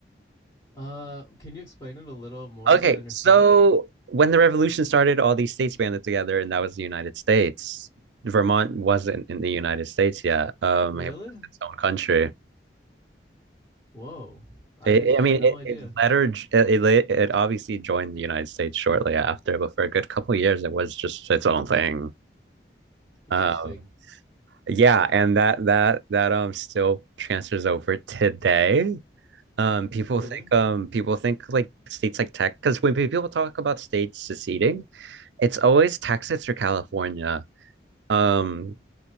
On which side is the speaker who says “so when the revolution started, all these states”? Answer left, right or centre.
Right